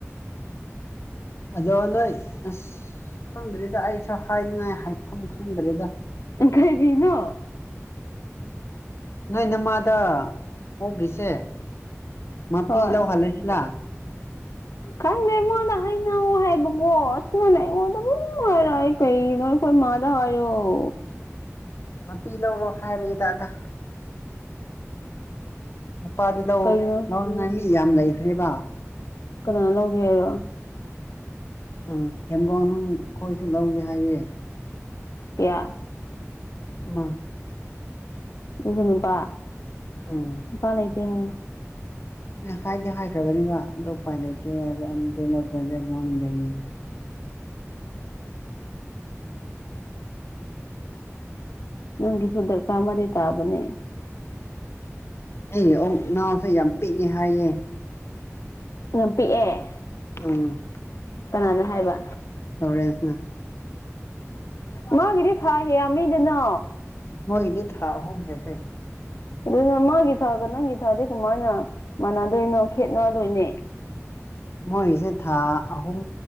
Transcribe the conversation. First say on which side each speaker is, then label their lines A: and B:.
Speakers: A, on the left; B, on the left.
A: ꯑꯗꯣ ꯅꯣꯏ ꯑꯁ ꯈꯪꯗ꯭ꯔꯤꯗ ꯑꯩꯁꯨ ꯍꯥꯏꯅꯤꯡꯉꯥꯏ ꯍꯥꯏꯐꯝ ꯈꯪꯗ꯭ꯔꯤꯗ
B: ꯀꯔꯤꯅꯣ
A: ꯅꯣꯏ ꯅꯃꯥꯗ ꯑꯣꯛꯈꯤꯁꯦ ꯃꯥꯄꯤ
B: ꯍꯣꯏ
A: ꯂꯧ ꯍꯜꯂꯁꯤꯂ
B: ꯈꯪꯗꯦ ꯑꯩꯉꯣꯟꯗ ꯍꯩꯅꯧ ꯍꯥꯏꯕꯀꯣ ꯑꯁ ꯅꯪꯅ ꯑꯩꯉꯣꯟꯗꯕꯨꯝ ꯍꯥꯏꯔ ꯑꯩ ꯀꯩꯅꯣ ꯑꯩꯈꯣꯏ ꯃꯥꯗ ꯍꯥꯏꯑꯣ
A: ꯃꯄꯤ ꯂꯧꯔꯣ ꯍꯥꯏꯔꯛꯑꯦꯗ ꯑꯗ ꯂꯨꯄꯥꯗꯤ ꯂꯧ
B: ꯀꯩꯒꯤꯅꯣ
A: ꯂꯧꯅꯤꯡꯉꯥꯏ ꯃꯤ ꯌꯥꯝ ꯂꯩꯈ꯭ꯔꯦꯕ
B: ꯀꯅꯥ ꯂꯧꯒꯦ ꯍꯥꯏꯔꯣ
A: ꯑ ꯍꯦꯝꯒꯣꯡꯅꯨꯡ ꯑꯩꯈꯣꯏꯁꯨ ꯂꯧꯒꯦ ꯍꯥꯏꯌꯦ
B: ꯀꯥꯌꯥ
A: ꯃꯥ
B: ꯑꯗꯨꯁꯨ ꯅꯨꯄꯥ
A: ꯎꯝ
B: ꯅꯨꯄꯥ ꯂꯩꯇꯦ ꯍꯥꯏꯌꯣ
A: ꯑꯦ ꯍꯥꯏꯗꯤ ꯍꯥꯏꯈ꯭ꯔꯕꯅꯤꯕ ꯑꯗꯨ ꯎꯄꯥꯏ ꯂꯩꯇꯦ ꯑꯅꯤꯗꯣ ꯅꯠꯇ꯭ꯔꯗꯤ ꯂꯧꯅꯤꯡꯗꯦꯑꯩ
B: ꯅꯪꯒꯤꯁꯨ ꯗꯔꯀꯥꯔ ꯑꯃꯗꯤ ꯇꯥꯕꯅꯦ
A: ꯑꯩ ꯑꯣꯛ ꯅꯥꯎꯁꯨ ꯌꯥꯝ ꯄꯤꯛꯑꯦ ꯍꯥꯏꯌꯦ
B: ꯌꯥꯝ ꯄꯤꯛꯑꯦ
A: ꯎꯝ
B: ꯀꯅꯥꯅ ꯍꯥꯏꯕ
A: ꯂꯣꯔꯦꯟꯁ ꯅꯥ
B: ꯃꯥꯒꯤꯗꯤ ꯊꯥ ꯍꯦ ꯌꯥꯝ ꯃꯤꯗꯨꯅ
A: ꯃꯣꯏ ꯒꯤꯗꯤ ꯊꯥꯍꯣꯝ ꯍꯦꯜ ꯂꯦ
B: ꯑꯗꯨꯅ ꯃꯥꯒꯤ ꯊꯥꯒ ꯅꯪꯒꯤ ꯊꯥꯗꯤ ꯀꯃꯥꯏꯅ ꯃꯥꯟꯅꯗꯣꯏꯅꯣ ꯈꯦꯠꯅꯗꯣꯏꯅꯤ
A: ꯃꯣꯏꯁꯦ ꯊꯥ ꯑꯍꯨꯝ